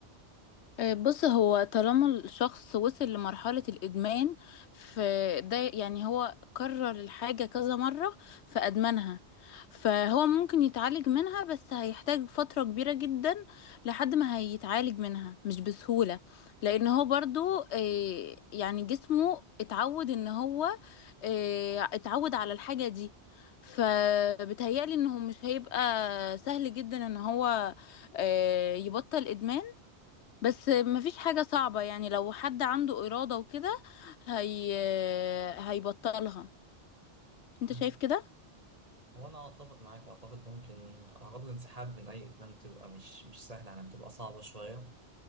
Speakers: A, on the left (about 75°); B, on the right (about 35°).
A: آه، بص هو طالما الشخص وصل لمرحلة الإدمان فده يعني هو كرر الحاجة كذا مرة فأدمنها فهو ممكن يتعالج منها بس هيحتاج فترة كبيرة جدا لحد ما هيتعالج منها مش بسهولة لأن هو برضو آه، يعني جسمه اتعود إن هو آه، اتعود على الحاجة دي فبتهيألي إنه مش هيبقى سهل جدا إن هو آه، يبطل إدمان بس مفيش حاجة صعبة يعني لو حد عنده إرادة وكده هي هيبطلها انت
B: مم.
A: شايف كده
B: هو انا اتفق معاك اعتقد ممكن اعراض الانسحاب من اي ادمان بتبقى مش مش سهله يعني بتبقى صعبه شويه